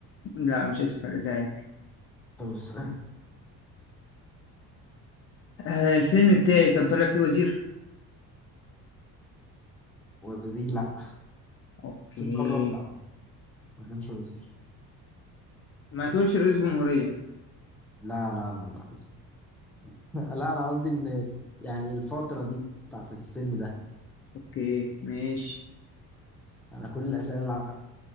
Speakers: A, on the left; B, in the centre.
A: لا مش اسف على ازعاجك
B: طب اسأل
A: آه الفيلم بتاعي كان طالع فيه وزير
B: وزير لا
A: اوكي
B: بس أنت قربت عم. بس ما كانش وزير
A: ما تقولش رئيس جمهوريه
B: لا لا لا لا <laughs> لا أنا قصدي إن يعني الفترة دي بتاعت السن ده
A: اوكي ماشي
B: أنا كل الأسئلة اللي